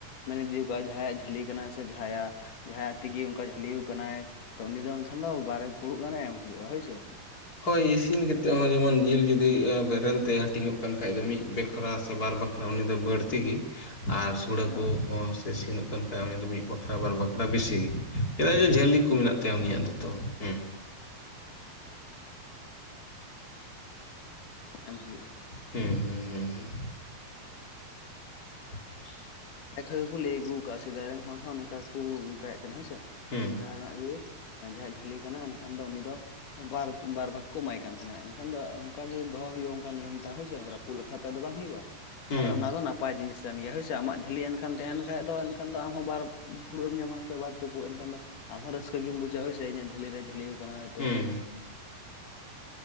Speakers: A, on the left (about 60°); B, on the left (about 25°).
A: ᱢᱮᱱ ᱤᱫᱤ ᱠᱟᱜᱼᱟ ᱡᱟᱦᱟᱸᱭᱟᱜ ᱡᱷᱟᱹᱞᱤ ᱠᱟᱱᱟ ᱥᱮ ᱡᱟᱦᱟᱸᱭᱟᱜ ᱡᱟᱦᱟᱸᱭᱟᱜ ᱛᱮᱜᱮ ᱚᱱᱠᱟ ᱡᱷᱟᱹᱞᱤᱣ ᱟᱠᱟᱱᱟᱭ ᱛᱚ ᱩᱱᱤ ᱫᱚ ᱮᱱᱠᱷᱟᱱ ᱫᱚ ᱵᱟᱨ ᱯᱷᱩᱲᱩᱜ ᱜᱟᱱᱮ ᱮᱢ ᱦᱩᱭᱩᱜ-ᱟ ᱦᱳᱭᱥᱮ᱾
B: ᱦᱳᱭ ᱤᱥᱤᱱ ᱠᱟᱛᱮᱫ ᱦᱚᱸ ᱡᱮᱢᱚᱱ ᱡᱤᱞ ᱡᱩᱫᱤ ᱵᱮᱨᱮᱞ ᱛᱮ ᱦᱟ ᱦᱟᱹᱴᱤᱧᱚᱜ ᱠᱟᱱ ᱠᱷᱟᱡ ᱫᱚ ᱢᱤᱫ ᱵᱟᱠᱷᱨᱟ ᱥᱮ ᱵᱟᱨ ᱵᱟᱠᱷᱨᱟ ᱩᱱᱤ ᱫᱚ ᱵᱟᱹᱲᱛᱤ ᱜᱮ, ᱟᱨ ᱥᱩᱲᱟᱹ
A: ᱦᱳᱭ
B: ᱠᱚᱦᱚᱸ
A: ᱦᱳᱭ
B: ᱥᱮ ᱥᱮᱱᱚᱜ ᱠᱟᱱ ᱠᱷᱟᱡ ᱩᱱ ᱫᱚ ᱢᱤᱫ ᱵᱟᱠᱷᱨᱟ ᱵᱟᱨ ᱵᱟᱠᱷᱨᱟ ᱵᱮᱥᱤ, ᱪᱮᱫᱟᱜ ᱡᱮ ᱡᱷᱟᱹᱞᱤ ᱠᱚ ᱢᱮᱱᱟᱜ ᱛᱟᱭᱟ ᱩᱱᱤᱭᱟᱜ ᱫᱚᱛᱚ ᱦᱩᱸ
A: ᱮᱢ ᱦᱩᱭᱩᱜ
B: ᱦᱮᱸ ᱦᱮᱸ ᱦᱮᱸ ᱦᱮᱸ᱾ <unintelligible>
A: ᱮᱠᱷᱚᱱ ᱜᱮᱠᱚ ᱞᱟᱹᱭ ᱟᱹᱜᱩ ᱠᱟᱜᱼᱟ ᱥᱮᱫᱟᱭ ᱨᱮᱱ ᱦᱚᱲ ᱦᱚᱸ ᱱᱚᱝᱠᱟ ᱠᱚ ᱱᱚᱝᱠᱟᱭᱮᱫ ᱛᱟᱦᱮᱱᱟ ᱦᱮᱸᱥᱮ,
B: ᱦᱩᱸ
A: ᱡᱟᱦᱟᱸᱱᱟᱜ ᱜᱮ ᱡᱟᱦᱟᱸᱭᱟᱜ ᱡᱷᱟᱹᱞᱤ ᱠᱟᱱᱟ ᱮᱱᱠᱷᱟᱱ ᱫᱚ ᱩᱱᱤ ᱫᱚ ᱵᱟᱨ ᱵᱟᱨ ᱵᱷᱟᱜᱽ ᱠᱚ ᱮᱢᱟᱭ ᱠᱟᱱ ᱛᱟᱦᱮᱱᱟ, ᱮᱱᱠᱷᱟᱱ ᱫᱚ ᱚᱱᱠᱟ ᱜᱮ ᱫᱚᱦᱚ ᱦᱩᱭᱩᱜ-ᱟ ᱚᱱᱠᱟ ᱱᱤᱭᱚᱢ ᱴᱟᱜ ᱦᱳᱭᱥᱮ, ᱨᱟ ᱯᱩᱫ ᱞᱮᱠᱷᱟᱱ ᱛᱚ ᱟᱫᱚ ᱵᱟᱝ ᱦᱩᱭᱩᱜ-ᱟ,
B: ᱦᱩᱸ,
A: ᱟᱨ ᱚᱱᱟ ᱫᱚ ᱱᱟᱯᱟᱭ ᱡᱤᱱᱤᱥ ᱠᱟᱱ ᱜᱮᱭᱟ ᱦᱳᱭᱥᱮ, ᱟᱢᱟᱜ ᱡᱷᱟᱹᱞᱤ ᱮᱱᱠᱷᱟᱱ ᱛᱟᱦᱮᱱ ᱠᱷᱟᱡ ᱫᱚ ᱮᱱᱠᱷᱟᱱ ᱫᱚ ᱟᱢᱦᱚᱸ ᱵᱟᱨ ᱯᱷᱩᱲᱩᱜ ᱮᱢ ᱧᱟᱢᱟ ᱥᱮ ᱵᱟᱨ ᱪᱩᱯᱩᱫ ᱮᱱᱠᱷᱟᱱ ᱫᱚ ᱟᱢᱦᱚᱸ ᱨᱟᱹᱥᱠᱟᱹ ᱜᱮᱢ ᱵᱩᱡᱟ ᱦᱳᱭ ᱥᱮ ᱤᱧᱟᱜ ᱡᱷᱟᱹᱞᱤ ᱨᱮ ᱡᱷᱟᱹᱞᱤᱣ ᱟᱠᱟᱱᱟ ᱦᱚᱭᱛᱚ
B: ᱦᱩᱸ᱾